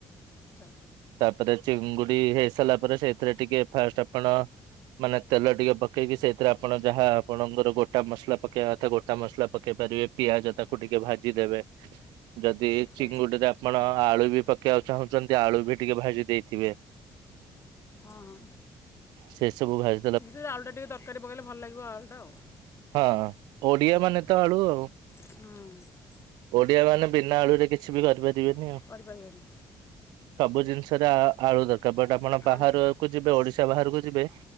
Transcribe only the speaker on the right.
ତାପରେ ଚିଙ୍ଗୁଡି ହେଇସାରିଲା ପରେ ସେଇଥିରେ ଟିକେ ଫାଷ୍ଟ ଆପଣ ମାନେ ତେଲ ଟିକେ ପକେଇକି ସେଇଥିରେ ଆପଣ ଯାହା ଆପଣଙ୍କର ଗୋଟା ମସଲା ପକେଇବା କଥା ଗୋଟା ମସଲା ପକେଇ ପାରିବେ ପିଆଜ ତାକୁ ଟିକେ ଭାଜିଦେବେ ଯଦି
ଚିଙ୍ଗୁଡିରେ ଆପଣ ଆଳୁ ବି ପକେଇବାକୁ ଚାହୁଁଛନ୍ତି ଆଳୁ ବି ଟିକେ ଭାଜି ଦେଇଥିବେ
ସେ ସବୁ ଭାଇ
ହଁ ଓଡିଆ ମାନେ ତ ଆଳୁ ଆଉ
ଓଡିଆ ମାନେ ବିନା ଆଳୁରେ କିଛି ବି କରିପାରିବେନି ଆଉ
ସବୁ ଜିନିଷରେ ଆଳୁ ଦରକାର ବଟ ଆପଣ ବାହାରକୁ
ଯିବେ ଓଡିଶା ସେ ବାହାରକୁ ଯିବେ